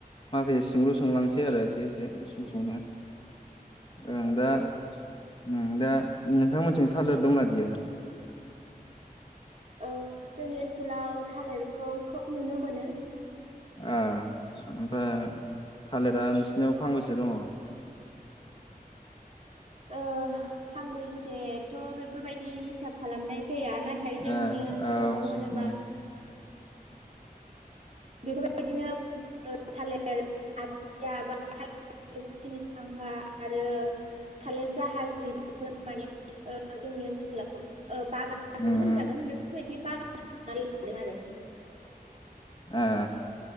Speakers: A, on the left; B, on the right.
A: माखासे सोंलु सोंलांनोसै आरो एसे एसे गुसुं गुसुंनो ओं दा
B: औ
A: होम दा नोंथांमोननिथिं थालेर दंना गैया
B: औ जोंनि ओनसोलाव थालिरखौ खोब नुनो मोनो
A: ओ ओमफ्राय थालिरा नोंसिनियाव फांबैसो दङ <inaudible>
B: ओ फांबैसेथ' बेफोरबायदि हिसाब खालामनाय जाया नाथाय जोंनि
A: ए
B: ओनसोलाव
A: औ
B: होनोबा
A: उम
B: बेफोरबायदिनो ओ थालिर आथिया बा थाले सिनि साम्फा आरो थालिर जाहाजि बेफोर माने ओ जोंनि ओनसोलााव ओ बागानखौनो
A: उम
B: होनजागोन बेफोरबायदि बागान होननानै लादों आरो
A: ओ